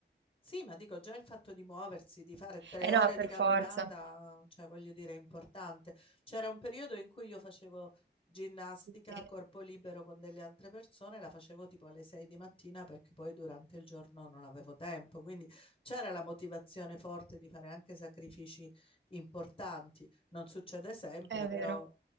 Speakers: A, on the left; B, on the right.
A: sì, ma dico già il fatto di muoversi, di fare tre
B: Eh
A: ore
B: no, per
A: di camminata,
B: forza.
A: cioè voglio dire, è importante. C'era un periodo in cui io facevo ginnastica
B: Sì, sì,
A: a corpo libero con delle altre persone, la facevo tipo alle 6 di mattina perché poi durante il giorno non avevo tempo, quindi c'era la motivazione forte di fare anche sacrifici importanti. Non succede sempre,
B: è
A: però,
B: vero,